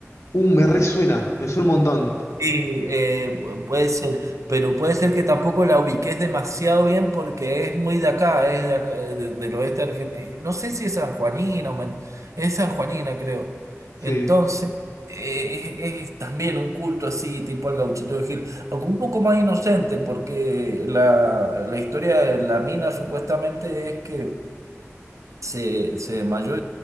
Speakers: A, on the left; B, on the right.
A: Uh, me resuena, me suena un montón.
B: Sí, eh, pu- puede ser, pero puede ser que tampoco la ubiques demasiado bien porque es muy de acá, es de acá, eh, de- del oeste argentino. No sé si es sanjuanina, o men- es sanjuanina creo.
A: Sí,
B: Entonces, eh, es, es también un culto así, tipo al gauchito de Gil, aunque un poco más inocente porque la, la historia de la mina supuestamente es que se, se desmayó